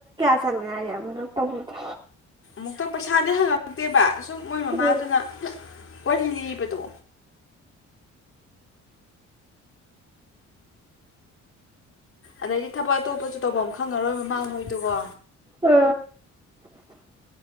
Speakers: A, on the right (about 15°); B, on the left (about 45°).
A: ꯆꯪꯉꯥꯏꯦ ꯌꯥꯝ ꯑꯃꯅ ꯇꯧꯕꯗ꯭ꯔꯦ
B: ꯃꯛꯇ ꯄ ꯏꯁꯥꯗꯤ ꯍꯪꯉꯃꯛꯇꯦꯕ ꯁꯨꯝ ꯃꯣꯏ ꯃꯃꯥꯗꯨꯅ
A: ꯎꯝ
B: ꯋꯥꯔꯤ ꯂꯤꯕ ꯇꯣ ꯑꯗꯩꯗꯤ ꯊꯕꯛ ꯑꯇꯣꯞꯄꯁꯨ ꯇꯧꯕꯐꯝ ꯑꯃ ꯈꯪꯉꯔꯣꯏ ꯃꯃꯥꯡꯍꯣꯏꯗꯨꯒꯣ
A: ꯎ